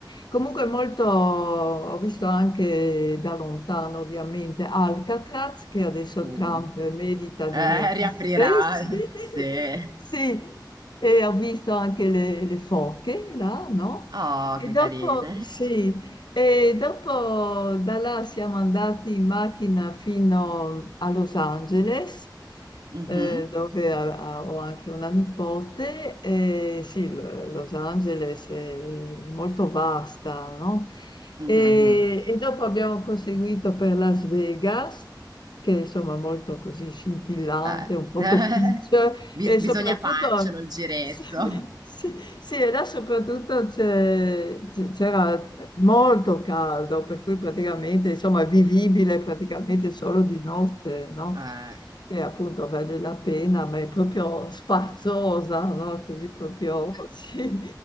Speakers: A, on the left (about 70°); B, on the right (about 60°).
A: Comunque molto, ho visto anche da lontano ovviamente Alcatraz, che adesso
B: Uh,
A: Trump medita di
B: eh,
A: riaprire,
B: riaprirà.
A: <laughs> sì,
B: <laughs> Sì.
A: sì. E ho visto anche le, le foche là, no?
B: Oh,
A: E
B: che
A: dopo,
B: carine.
A: sì, e dopo da là siamo andati in macchina fino a Los Angeles,
B: Mhm,
A: eh, dove a- a- ho anche una nipote. E sì, L- Los Angeles è molto vasta, no?
B: mhm,
A: E,
B: mhm.
A: e dopo abbiamo proseguito per Las Vegas, che insomma è molto così scintillante,
B: Beh.
A: un poco
B: <laughs>
A: kitsch,
B: Bis-
A: e
B: bisogna
A: soprattutto...
B: farcelo il giretto.
A: <laughs> Sì, sì. Sì, e là soprattutto c'è- c'è- c'era molto caldo, per cui praticamente, insomma, è vivibile praticamente solo di notte, no?
B: <laughs> Eh,
A: Che appunto vale la pena, ma è proprio sfarzosa, no? Così proprio, <laughs> sì.